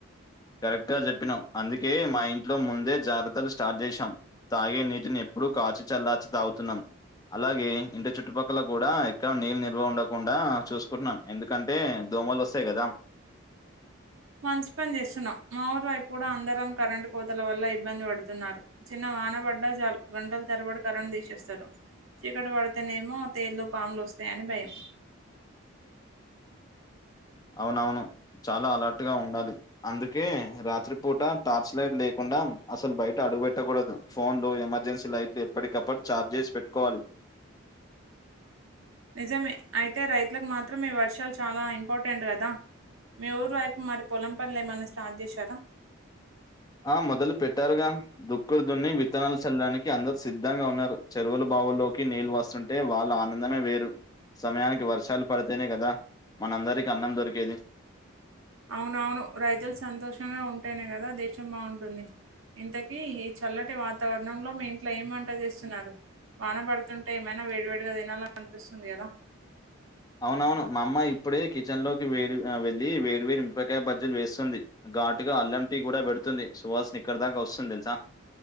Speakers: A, on the left; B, on the right.
A: కరెక్ట్ గా చెప్పినావ్ అందుకే మా ఇ ట్లో ముందే జాగ్రత్తలు స్టార్ట్ చేసాం తాగే నీటిని ఎప్పుడూ కాచి చల్లాచి తాగుతున్నాం అలాగే ఇంటి చుట్టుపక్కల కూడా ఎక్కడ నీళ్ళు నిల్వ ఉండకుండా చూసుకుంటున్నాం ఎందుకంటే దోమల్ వస్తాయి కదా
B: మంచి పని చేస్తున్నావు మా ఊరి వైపు అందరం కరెంటు కోతల వల్ల ఇబ్బంది పడుతున్నారు చిన్న వానబడ్డ చాలు గంటలు తరబడి కరెంట్ తీసేస్తారు చీకటి పడితేనేమో తేలు పాములు వస్తాయని భయం
A: అవునవును చాలా అలర్ట్ గా ఉండాలి అందుకే రాత్రిపూట టార్చ్ లైట్ లేకుండా అసలు బయట అడుగు పెట్టకూడదు ఫోన్లు ఎమర్జెన్సీ లైట్లు ఎప్పటికప్పుడు ఛార్జ్ చేసి పెట్టుకోవాలి
B: నిజమే అయితే రైతులకు మాత్రం ఈ వర్షాలు చాలా ఇంపార్టెంట్ కదా మీ ఊరి వైపు మరి పొలం పనులు ఏమన్నా స్టార్ట్ చేశారా
A: ఆ మొదలు పెట్టారుగా దుక్కులు దున్ని విత్తనాలు చల్లడానికి అందరు సిద్ధంగా ఉన్నారు చెరువులు వాగుళ్ళోకి నీళ్ళు వస్తుంటే వాళ్ళ ఆనందమే వేరు సమయానికి వర్షాలు పడితేనే కదా మనందరికీ అన్నం దొరికేది
B: అవునవును రైతులు సంతోషంగా ఉంటేనే కదా దేశం బాగుంటుంది ఇంతకీ ఈ చల్లటి వాతావరణంలో మీ ఇంట్లో ఏం వంట చేస్తున్నారు వాన పడుతుంటే ఏమైనా వేడివేడిగా తినాలనపిస్తుంది కదా
A: అవునవును మా అమ్మ ఇప్పుడే కిచెన్ లోకి వేడి అ వెళ్ళి వేడి వేడి మిరపకాయ బజ్జీలు వేస్తుంది ఘాటుగా అల్లం టీ కూడా పెడుతుంది సువాసన ఇక్కడ దాకా వస్తుంది తెలుసా